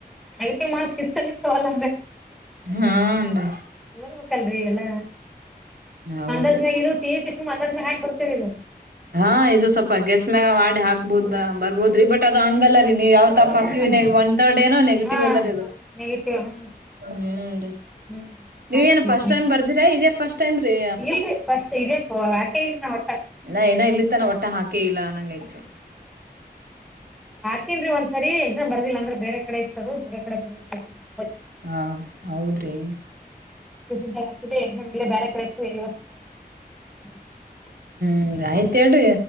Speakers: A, in the centre; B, on the right (about 70°).
A: <unintelligible>
B: ಹಾನ್ರಿ
A: ಓದ್ಬೇಕಲ್ರಿ ಎಲ್ಲ.
B: ಹೌದ್ರಿ
A: ಅಂದಾಜ್ ಮ್ಯಾಗ್ <unintelligible> ಅಂದಾಜ್ ಮ್ಯಾಗ್ ಹಾಕ್ ಬರ್ತೀರಿ ನೀವು.
B: ಹಾ ಇದು ಸ್ವಲ್ಪ ಗೆಸ್ ಮ್ಯಾಗ ಮಾಡಿ ಹಾಕ್ಬೋದು ಬರ್ಬ್ ದ್ರಿ ಬಟ್ ಅದ ಹಂಗಲ್ಲ ರೀ ನೀವು ಯಾವ ತ ಪಕ್ಕ
A: ಹ್ಮ್
B: ಒನ್ ತರ್ಡ್ ಏನೋ ನೆಗೆಟಿವ್
A: ಹಾ
B: ಅದರಿ ಅದು.
A: ನೆಗೆಟಿವ್.
B: ಹ್ಮ್ ರೀ.
A: ಹ್ಮ್
B: ನೀವ್ ಏನ್ ಫಸ್ಟ್ ಟೈಮ್ ಬರ್ದಿರಾ ಇದೇ ಫಸ್ಟ್ ಟೈಮ್ ರೀ
A: ಇಲ್ರಿ ಫಸ್ಟ್ ಇದೇ ಹಾಕೆ ಇಲ್ರಿ ನಾ ಒಟ್ಟ
B: ಇನ್ನ ಏನ ಇಲ್ಲಿ ತನ ಒಟ್ಟ ಹಾಕಿ ಇಲ್ಲ ಅನ್ನಂಗೈತೆ.
A: ಹಾಕೀನ್ರಿ ಒಂದ್ ಸರಿ ಎಕ್ಸಾಮ್ ಬರ್ದಿಲ್ಲ ಅಂದ್ರ ಬೇರೆ ಕಡೆ ಇತ್ತದು ಬೇರೆ ಕಡೆ <unintelligible>
B: ಹಾ ಹೌದ್ರಿ.
A: ಫೀಸ್ ಇದ್ದಾಗ್ ಹಾಕಿದ್ದೆ ಎಕ್ಸಾಮ್ ಇಲ್ಲೇ ಬ್ಯಾರೆ ಕಡೆ ಇತ್ತು <unintelligible>
B: ಹ್ಮ್ ಆಯ್ತ್ ಹೇಳ್ರಿ